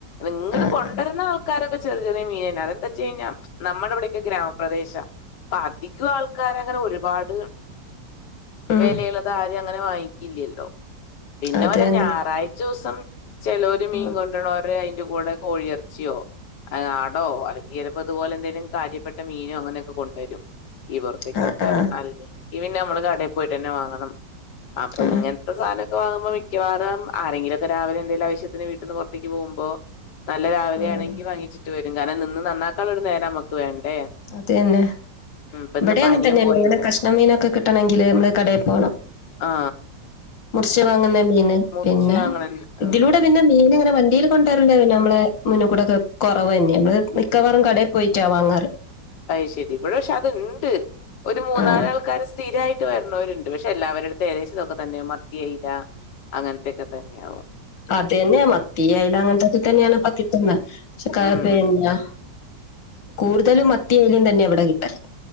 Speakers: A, on the left; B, on the left.
A: ഇങ്ങട്
B: ആ ആ
A: കൊണ്ട്രര് ണ ആൾക്കാരൊക്കെ ചെറിയ ചെറ്യേ മീനേനി. അതെന്താച്ചഴിഞ്ഞാ നമ്മുടെ ഇവിടെയൊക്കെ ഗ്രാമപ്രദേശ. അപ്പ അധികം ആൾക്കാര് അങ്ങനെ ഒരുപാട്
B: ഉം
A: വെലയ്ള്ളത് ആരും അങ്ങനെ വാങ്ങിക്ക്‌ല്യല്ലോ. പിന്നെ
B: അത്
A: വാണം
B: തന്നെ
A: ഞായറാഴ്ചോസം. ചേലോര് മീൻ
B: ഉം.
A: കൊണ്ട്രാണോരെ അയ്‌ന്റെ കൂടെ കോഴിയർ ച്യോ, ആടോ, അല്ലെങ്കി ഇതു പോലെ എന്തെങ്കിലും കാര്യപ്പെട്ട മീനോ അങ്ങനെയൊക്കെ കൊണ്ടരും. ഈ പുറത്തേക്കൊക്കെ
B: ആ ആ
A: അല്ലെങ്കി പിന്നെ നമ്മള് കടയിപോയിട്ടന്നെ വാങ്ങണം അപ്പൊ
B: ആഹ്
A: ഇങ്ങത്തെസാധനൊക്കെ വാങ്ങുമ്പോ മിക്കവാറും ആരെങ്കിലുവൊക്കെ രാവിലെ എന്തേലും ആവശ്യത്തിന് വീട്ടീന്ന് പൊറ ത്തേക്ക് പോകുമ്പോ നല്ല രാവിലെയാണെങ്കി
B: ആഹ്
A: വാങ്ങിച്ചിട്ട് വരും കാരണം നിന്ന് നന്നാക്കാനുള്ള ഒരു നേരം നമുക്ക് വേണ്ടേ
B: അത് തന്നെ
A: ഉം, ഇപ്പൊ
B: ഇവിടെം
A: ഇന്നിപ്പോ
B: അങ്ങനെ
A: അനിയൻ
B: തന്നെയാണ്
A: പോയിണ്ട്
B: നിങ്ങള് കഷ്ണം മീന് ഒക്കെ കിട്ടണമെങ്കില് നമ്മള് കടയിൽ പോണം
A: ആ
B: മുറിച്ച് വാങ്ങുന്ന മീന്
A: മുറിച്ച്
B: പിന്നെ
A: വാങ്ങണ
B: ഇതിലൂടെ
A: ഉം,
B: പിന്നെ മീന് ഇങ്ങനെ വണ്ടിയിൽ കൊണ്ടുവരല്ലന്നെ നമ്മളെ മുന്നേകൂടൊക്കെ കുറവ് തന്നെ നമ്മള് മിക്കവാറും കടയിൽ പോയിട്ടാ വാങ്ങാറ്
A: അത് ശെരി ഇവിടെ പക്ഷെ അത്ണ്ട് ഒരു മൂന്നാലാൾക്കാര്
B: ആഹ്
A: സ്ഥിരായി വരണവരുണ്ട് പക്ഷെ എല്ലാവരുടുത്തും ഏകദേശം ഇതൊക്കെ തന്നെ മത്തി അയില അങ്ങനത്തെയൊക്കെ തന്നെയാകും
B: അത തന്നേ മത്തി അയല അങ്ങനത്തൊക്കെ തന്നെയാണ് ഇപ്പൊ കിട്ടുന്നേ പക്ഷെ
A: ഉം
B: പിന്നെ കൂടുതലും മത്തിയോം അയലേം തന്നെയാ ഇവിടെ കിട്ടല്